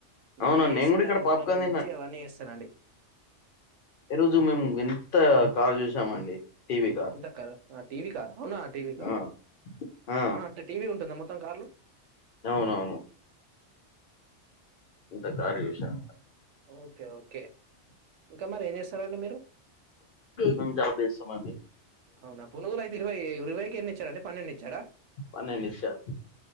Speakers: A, on the right; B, on the left.
A: దాన్ని
B: అవునా
A: ఏేసి
B: నేను కూడా
A: దాని
B: ఇక్కడ
A: నూనెలో
B: పాప్కార్న్
A: వేయించి అవన్నీ వేస్తానండి
B: ఈ రోజు మేము వింత కార్ చూసా మండి టీవీ కార్
A: ఇంత కాదా? ఆ టీవీ కార్ అవున టీవీ కార్
B: ఆ, ఆ,
A: అహ అంటే టీవీ ఉంటుందా మొత్తం కార్లు
B: అవునవును ఇంత కార్ విషయం
A: ఓకె ఓకె ఇంక మరి ఏం చేస్తారాండి మీరు
B: మేము జాబ్ చేస్తామండి
A: అవునా పునుగులు అయితే ఇరవై ఇరవైకె ఎన్ని ఇచ్చాడండి పన్నెండు ఇచ్చాడ
B: మన్నే నిశ్చద్